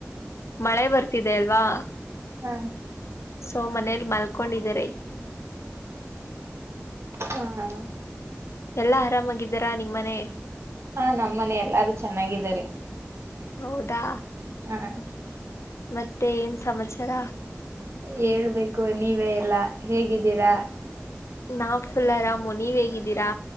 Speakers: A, on the left (about 80°); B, on the right (about 70°).
A: ಮಳೆ ಬರ್ತಿದೆ ಅಲ್ವಾ
B: ಹಾ
A: ಸೊ ಮನೇಲಿ ಮಲ್ಕೊಂಡಿದಾರೆ.
B: ಹಾ
A: ಎಲ್ಲಾ ಆರಾಮಾಗಿದ್ದಾರಾ ನಿಮ್ಮ ಮನೆ
B: ಹಾ ನಮ್ಮ ಮನೆ ಎಲ್ಲಾರು ಚೆನ್ನಾಗಿದ್ದಾರೆ
A: ಹೌದಾ
B: ಹಾ
A: ಮತ್ತೆ ಏನ್ ಸಮಾಚಾರ
B: ಹೇಳ್ಬೇಕು ನೀವೇ ಎಲ್ಲ ಹೇಗಿದ್ದೀರಾ
A: ನಾವ್ ಫುಲ್ ಆರಾಮು ನೀವ್ ಹೇಗಿದ್ದೀರಾ